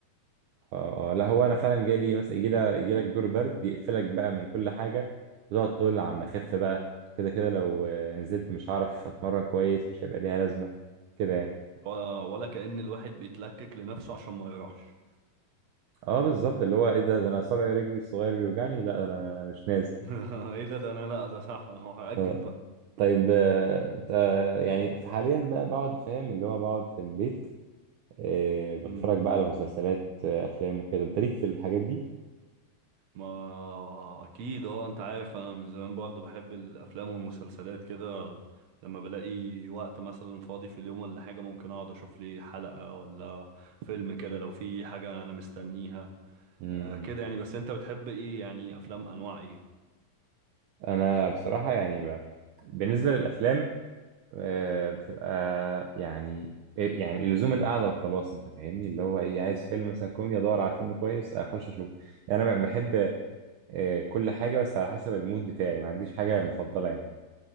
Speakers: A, on the right; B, on the right.
A: اه آه، لا هو انا فعلا جالي مثلا يجي لك يجي لك دور برد يقفلك بقى من كل حاجه وتقعد تقول عم اخف بقى كده كده لو آه، نزلت مش هعرف اتمرن كويس مش هيبقى ليها لازمه كده يعني
B: و- ولا كأن الواحد بيتلكك لنفسه عشان ما يروحش
A: اه بالظبط اللي هو ايه ده ده انا صابع رجلي الصغير بيوجعني لا ده انا مش نازل
B: <laughs> ايه ده ده انا لا ده صح هأجل
A: آه، طيب آه، انت يعني حاليا بقى بقعد فاهم اللي هو بقعد في البيت آه، بتفرج
B: بقى
A: بقى على مسلسلات آه، افلام وكده انت ليك في الحاجات دي
B: ما اكيد اه انت عارف انا من زمان برضو بحب الافلام والمسلسلات كده لما بلاقي وقت مثلا فاضي في اليوم ولا حاجة ممكن اقعد اشوف لي حلقة ولا فيلم كده لو في حاجة انا مستنيها
A: امم
B: آه كده يعني بس انت بتحب ايه يعني افلام انواع ايه
A: انا بصراحة يعني ب... بالنسبة للافلام آه، بتبقى يعني آه، يعني اللزوم القعدة وخلاص انت فاهمني اللي هو ايه عايز فيلم مثلا كوميدي ادور على فيلم كويس اخش اشوف يعني انا بحب آه، كل حاجة بس على حسب المود بتاعي ما عنديش حاجة مفضلة يعني